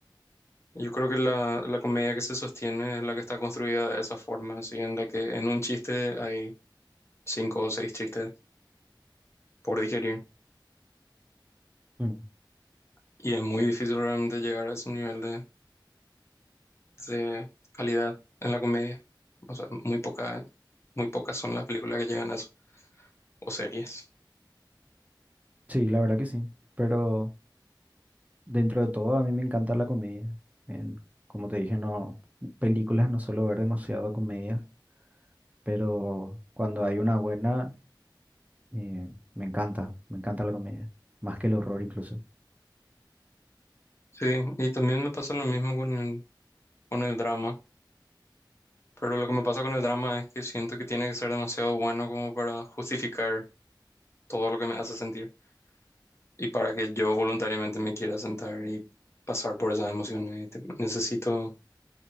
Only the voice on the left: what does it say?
Yo creo que la, la comedia que se sostiene es la que está construida de esa forma, así en la que en un chiste hay cinco o seis chistes por digerir.
Y es muy difícil realmente llegar a ese nivel de, de calidad en la comedia. O sea, muy poca, muy pocas son las películas que llegan a eso, o series.
Sí, y también me pasa lo mismo con el, con el drama. Pero lo que me pasa con el drama es que siento que tiene que ser demasiado bueno como para justificar todo lo que me hace sentir y para que yo voluntariamente me quiera sentar y pasar por esas emociones. Te- Necesito